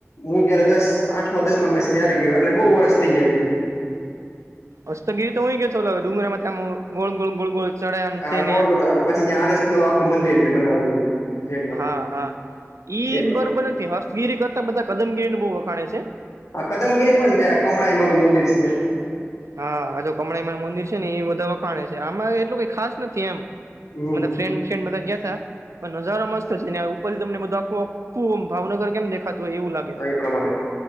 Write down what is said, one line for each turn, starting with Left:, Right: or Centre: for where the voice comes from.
Left: હું જય્યારે દસ આઠમાં દસ માં મસ ત્યારે ગયો એટલે બહુ વર્ષ થઇ ગયા છે એમ
Right: હસ્તગીરી તો હય ગતોો લ ડુંગરા માં ત્યા ગોળ ગોળ ગોળ ગોળ ચડ્યા
Left: હા
Right: છે ને
Left: ગોળ ગોળ પછી આરસ નું આખું મંદિર છે બનાવેલું છે. જૈન વાળા
Right: હા હા ઈ
Left: એ પ્રમાણે
Right: બરોબર નથી હસ્તગીરી કરતા બધા કદમગીરી ન બહ વખાણે છે.
Left: હ કદમગીરી પણ જ કમળા એમાનું મંદિર છે.
Right: હા જો કમળાઈમા મંદિર છે ને એ બધા એટલું કઈ ખાસ નથી
Left: હમ
Right: અમે ફ્રેન્ડ ફ્રેન્ડ બધા ગયા તા પણ નજારો મસ્ત છે ને ઉપરથી તમને આખુંખું ભાવનગર કેમ દેખાતું હોયવું લાગે
Left: એ પ્રમાણે